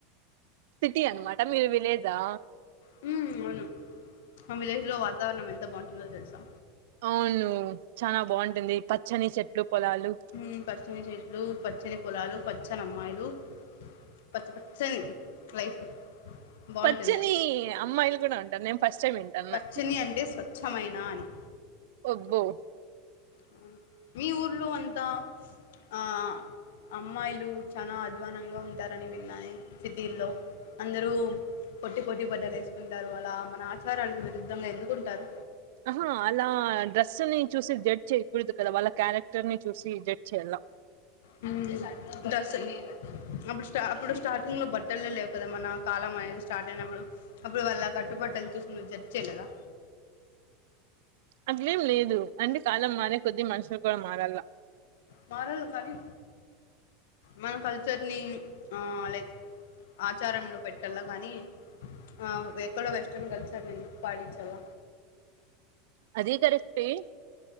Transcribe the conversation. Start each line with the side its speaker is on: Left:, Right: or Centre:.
Right: సిటీ అనమాట మీరు విలేజా
Left: హ్మ్ అవును మా విలేజ్ లో వాతావరణం ఎంత బాగుంటుందో తెలుసా
Right: అవును చానా బాగుంటుంది పచ్చని చెట్లు పొలాలు
Left: హ్మ్ పచ్చని చెట్లు పచ్చని పొలాలు పచ్చని అమ్మాయిలు పచ్చ పచ్చని లైఫ్ బాగుంటుంది
Right: పచ్చని అమ్మాయిలు కూడా ఉంటనే ఫస్ట్ టైం వింటన్నా
Left: పచ్చని అంటే స్వచ్ఛమైన అని
Right: అబ్బో
Left: అవును. మీ ఊర్లో అంతా ఆ అమ్మాయిలు చానా అధ్వానంగా ఉం తరని విన్నానే సిటీలో అందరూ పోట్టి పోట్టి బట్టలు వేసుకుంటారు అలా మన ఆచారాలకు విరుద్ధంగా ఎందుకుంటారు
Right: ఆహా అలా డ్రెస్ ని చూసి జడ్జి చేయకూడదు కదా వాళ్ళ క్యారెక్టర్ ని చూసి జడ్జి చేయలా
Left: హ్మ్ డ్రెస్ అప్పుడు స్టా అప్పుడు స్టార్టింగ్ లో బట్టలు లేవు కదా మన కాలమై స్టార్ట్ అయినప్పుడు అప్పుడు వాళ్ళ కట్టుబట్టలు చూసి జడ్జి చేయలేదా
Right: అట్లేం లేదు అంటే కాలం మారే కొద్ది మనుషులు కూడా మారల్ల
Left: మారల్ల కానీ మన కల్చర్ని లైక్ ఆచారంలో పెట్టాల కానీ ఆ ఎక్కడో వెస్ట్రన్ కల్చర్ని ఎందుకు పాటించాల
Right: అది కరెక్ట్ ఎ